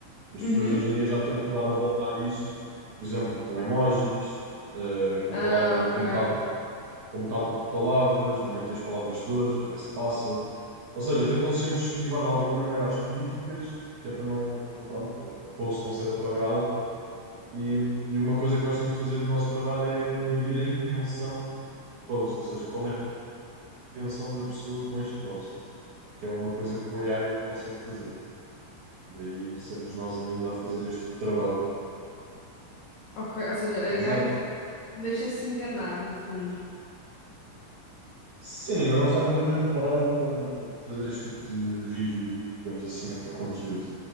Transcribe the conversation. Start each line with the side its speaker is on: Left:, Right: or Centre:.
Right: as
Left: Uhum.
Right: pessoas hoje em dia já tentam dar a volta a isso, por exemplo, com emojis, uh, com
Left: Ah,
Right: palavra,
Left: ok.
Right: com metade, com metade de palavras, não metem as palavras todas para ver se passa. Ou seja, tentam sempre esquivar de alguma maneira as políticas, que é para não, para não, pronto, para o poço não ser apagado. E, e uma coisa que nós temos de fazer no nosso trabalho é medir a intenção do post, ou seja, qual é a intenção da pessoa com este post, que é uma coisa que um AI ainda não consegue fazer. Daí sermos nós ainda a fazer este tipo de trabalho.
Left: Ok, ou seja, a AI
Right: Exato.
Left: deixa-se enganar, no fundo.
Right: Sim, ainda não está completamente preparada para, para fazer este tipo de review, digamos assim, a conteúdo.